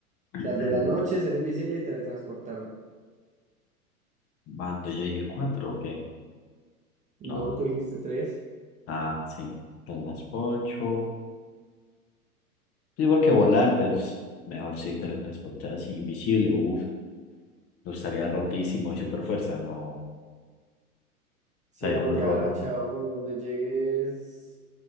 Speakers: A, on the left (about 30°); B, on the right (about 15°).
A: <clears throat>
B: sea, el de la noche, ser invisible y teletransportarme.
A: Manto, yo dije cuatro, ok.
B: No,
A: No.
B: tú dijiste tres.
A: Ah, sí. Teletransporto. Sí, porque volar, pues mejor sí, teletransporte así, invisible. Uf, no estaría rotísimo y super fuerza. No,
B: Si
A: estaría
B: no,
A: muy
B: ya,
A: roto.
B: chao, donde llegues,